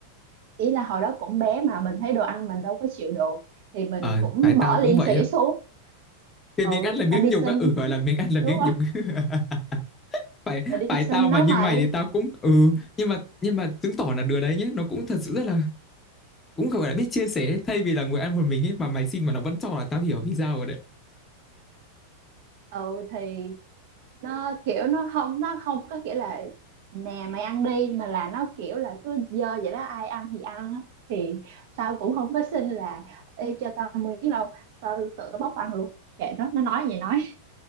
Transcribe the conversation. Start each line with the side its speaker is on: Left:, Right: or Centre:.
Right: ý là hồi đó cũng bé mà mình thấy đồ ăn mình đâu có chịu được thì mình
Left: ờ
Right: cũng
Left: phải tao
Right: bỏ
Left: cũng
Right: liền
Left: vậy
Right: xỉ
Left: á
Right: xuống
Left: cái
Right: ừ
Left: miếng ăn là miếng
Right: tao đi
Left: nhục
Right: xin
Left: á ừ gọi là miếng ăn là miếng
Right: đúng
Left: nhục <laughs> phải
Right: là đi
Left: phải
Right: sinh
Left: tao mà
Right: nó
Left: như
Right: mày
Left: mày thì tao cũng ừ nhưng mà nhưng mà chứng tỏ là đứa đấy nhé nó cũng thật sự rất là cũng gọi là biết chia sẻ ấy. thay vì là ngồi ăn một mình ấy mà mày xin mà nó vẫn cho là tao hiểu vì sao rồi đấy
Right: ừ thì nó kiểu nó không nó không có kiểu là nè mày ăn đi mà là nó kiểu là cứ dơ vậy đó ai ăn thì ăn á. thì tao cũng không có xin là Ê, cho tao miếng đâu tao tự tao bóc ăn luôn kệ nó nó nói gì nói